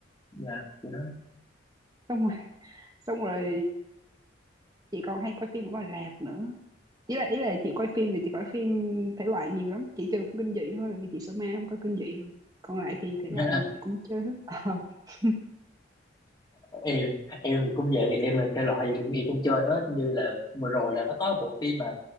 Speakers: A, on the left; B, on the right.
A: dạ chị nói
B: xong rồi xong rồi chị còn hay coi phim ở ngoài rạp nữa ý là ý là chị coi phim thì chị coi phim thể loại nhiều lắm chỉ trừ phim kinh dị thôi bởi vì chị sợ ma không coi kinh dị được còn lại thì thể
A: <laughs>
B: loại gì chị cũng chơi hết Ờ. <laughs>
A: em em thì cũng vậy em là thể loại gì cũng gì cũng chơi hết như là vừa rồi là nó có bộ phim mà